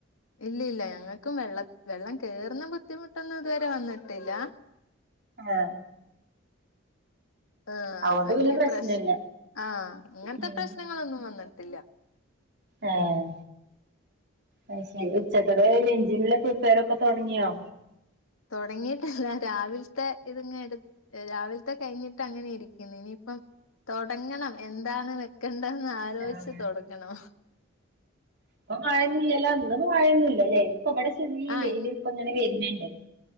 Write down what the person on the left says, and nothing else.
ഇല്ല ഇല്ല ഞങ്ങക്കും വെള്ള വെള്ളം കേറുന്ന ബുദ്ധിമുട്ടൊന്നും ഇതുവരെ വന്നിട്ടില്ല
ആഹ്
വല്യ
പ്രശ് ആഹ് അങ്ങൻത്തെ
പ്രശ് ശ്നങ്ങളൊന്നും വന്ന്ട്ടില്ല
തൊടങ്ങിട്ടല്ല രാവിൽത്തെ ഇതിങ്ങെടു രാവിൽത്തെ കഴിഞ്ഞിട്ടങ്ങനെ ഇരിക്ക്യന് ഇനിയിപ്പം തൊങ്ങണം എന്താണ് വെക്കെണ്ടെന്ന് ആലോച്ച്
തൊടങ്ങണം
ആഹ്
ഇൻ